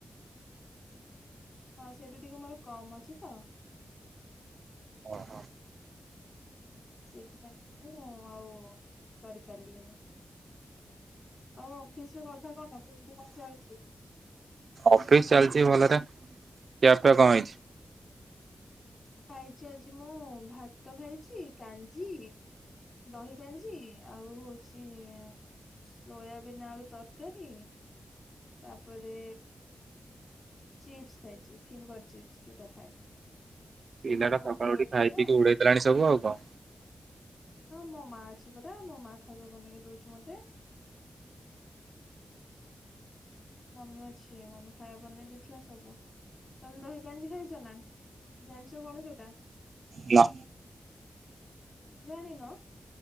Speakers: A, on the left; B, on the right.
A: ହଁ ସେଇଟା ଟିକେ ମୋର କମ ଅଛି ତ
B: ଅ ହ।
A: ସେଥିପାଇଁକା ମୁଁ ଆଉ କରିପାରିଲିନି। ଆଉ ଅଫିସର କଥା କଣ କେମତି କଣ ଚାଲିଛି?
B: ଅଫିସ ଚାଲିଛି ଭଲରେ ଖିଆ ପିଆ କଣ ହେଇଛି।
A: ଖାଇଛି ଆଜି ମୁଁ ଭାତ ଖାଇଛି କାଞ୍ଜି ଦହି କାଞ୍ଜି ଆଉ ହଉଛି ସୋୟାବିନ୍ ଆଳୁ ତରକାରୀ ତାପରେ ଚିପ୍ସ ଖାଇଛି ଫିଙ୍ଗର ଚିପ୍ସ ଯୋଉଟା ଥାଏ। ସେଇଥିରେ
B: ପିଲାଟା
A: ପୋଟଳ
B: ସକାଳୁ ଉଠି
A: ଥିଲା
B: ଖାଇପିକି ଉଡେଇଦେଲାଣି ସବୁ ଆଉ କଣ?
A: ହଁ ମୋ ମା ଅଛି ପରା ମୋ ମା ଖାଇବା ବନେଇକି ଦଉଛି ମତେ? ମମି ଅଛି ମମି ଖାଇବା ବନେଇ ଦେଇଥିଲା ସବୁ ତମେ ଦହି କାଞ୍ଜି ଖାଇଛ ନା ଜାଣିଛ କଣ ସେଟା?
B: ନା।
A: ଜାଣିନ?